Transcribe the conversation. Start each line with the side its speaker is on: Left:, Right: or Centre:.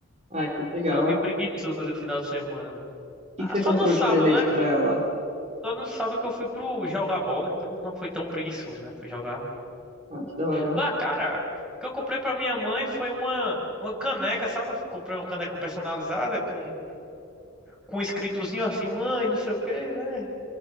Right: Ah, que legal.
Centre: foi bem
Right: O
Centre: preguiçoso o final de semana. Ah,
Right: que que você
Centre: só
Right: comprou
Centre: no sábado,
Right: de presente
Centre: né?
Right: pra ela?
Centre: Só no sábado que eu fui pro jogar bola, então não foi tão preguiçoso, né? Fui jogar.
Right: Ah, que da hora.
Centre: Lá, cara, o que eu comprei para minha mãe foi uma uma caneca, sabe? Eu comprei uma caneca personalizada com com um escritozinho assim, mãe, não sei o quê, né?